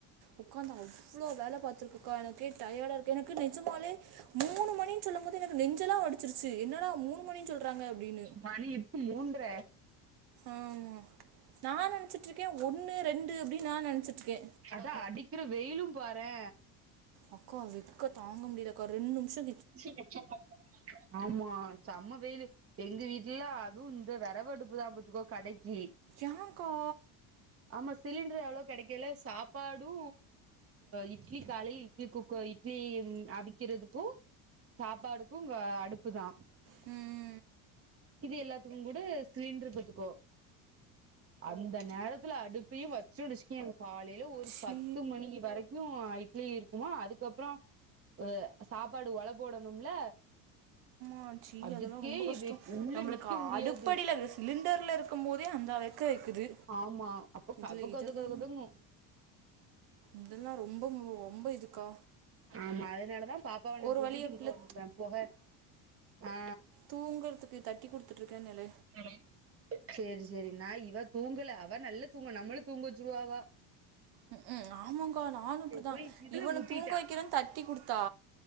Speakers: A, on the right (about 60°); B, on the right (about 30°).
A: உக்காந்து அவ்ளோ வேல பாத்துருக்குக்கா எனக்கே டயர்டா இருக்கு எனக்கு நிஜமாலே மூணு மணி சொல்லும் போது எனக்கு நெஞ்சலாம் வெடிச்சிரு ச்சு என்னடா மூணு மணின்னு சொல்றாங்க அப்டின்னு
B: மணி மூன்ற
A: ஆமா நா என்னா நெனச்சிட்ருக்கே ஒண்ணு ரெண்டு அப்டின் நா நெனச்சிட்ருக்கே
B: அதா அடிக்கிற வெயிலு பாரே
A: அக்கா வெக்க தாங்க முடில்லக்கா ரெண்டு நிம்ஷோ
B: சே வச்சர்றே ஆமா செம்ம வெயிலு எங்க வீட்லலா அதுவு இந்த வெரவடுப்புதா பாத்துக்கோ கடைக்கி
A: ஏ க்கா
B: ஆமா சிலிண்ட்ரு அவ்ளோ கெடைக்கல சாப்பாடு இ ட்லி காலைல இட்லி குக்க இட்லி அவிக்கிறதுக்கு சாப்பாடுக்கு வ அடுப்புதா
A: ம்
B: மீதி எல்லாத்துக்குங்கூட சிலிண்ட்ரு பாத்துக்கோ அந்த நேரத்துல அடுப்பையு வச்சோன் வச்சுக்கேன் காலைல ஒரு
A: சீ
B: பத்து மணி வரை க்கு இட்லி இருக்குமா அதுக்கப்றோ அ சாப்பாடு ஒல போடணும்ல
A: ஆ சீ
B: அதுக்கே
A: அதெல்லா ரொம்ப கஷ்டோ
B: இவ உள்ள
A: நம்மளுக்கு
B: நிக்க முடியாது
A: அடுப்படில வி சிலிண்டர்ல் இருக்கு போதே அந்த வெக்க வெக்குது
B: ஆமா அப்போ
A: இதுல
B: கப கத
A: இதெல்லா
B: கத கதங்கு
A: இதெல்லா ரொம்ப மு ரொம்ப இதுக்கா
B: ஆமா அதனாலதா பாப்பாவ நா
A: ஒரு
B: தூக்கிட்டு
A: வழியா
B: இங்க
A: பிள்ள
B: வந்துருவே பொக ஆ
A: தூங்கறதுக்கு தட்டி குடுத்துட்ருக்கேன்னல
B: ஆமா சேரி சேரி நா இவ தூங்கல அவ நல்ல தூங்குவா நம்மள தூங்க வச்சுருவா அவ
A: ம் ஹும் ஆமாங்கா நானு இப்டி தா
B: போய் இதுல
A: இவன
B: முட்டிட்டா
A: தூங்க வக்கிறேன் தட்டி குடுத்தா